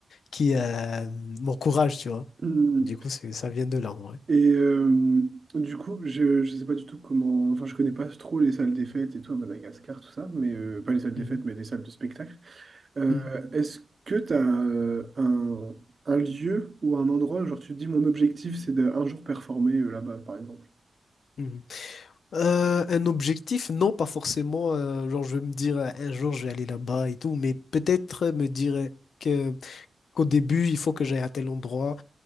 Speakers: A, on the left; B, on the right.
A: qui euh, m'encourage, tu vois.
B: <laughs>
A: Du coup, c'est, ça vient de là en vrai.
B: Et euh, du coup, je, je sais pas du tout comment. Enfin, je connais pas trop les salles des fêtes et tout à Madagascar, tout ça, mais euh, pas les salles des
A: Mhm,
B: fêtes, mais les salles de spectacle. Euh,
A: mhm,
B: est-ce que tu as euh, un, un lieu ou un endroit, genre tu te dis mon objectif c'est d'un jour performer euh, là-bas, par exemple?
A: mhm. Euh, un objectif, non, pas forcément. euh, genre, je vais me dire euh, un jour je vais aller là-bas et tout, mais peut-être euh, me dire euh, que qu'au début il faut que j'aille à tel endroit.